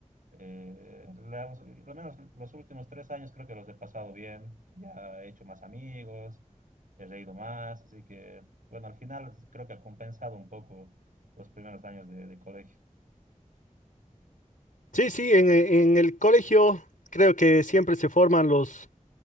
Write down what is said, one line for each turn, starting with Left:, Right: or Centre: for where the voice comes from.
Right: eh, hemos- al menos los últimos tres años creo que los he pasado bien, ya he hecho más amigos, he reído más, así que, bueno, al final creo que ha compensado un poco los primeros años de, de colegio.
Left: Sí, sí, en, en el colegio creo que siempre se forman los,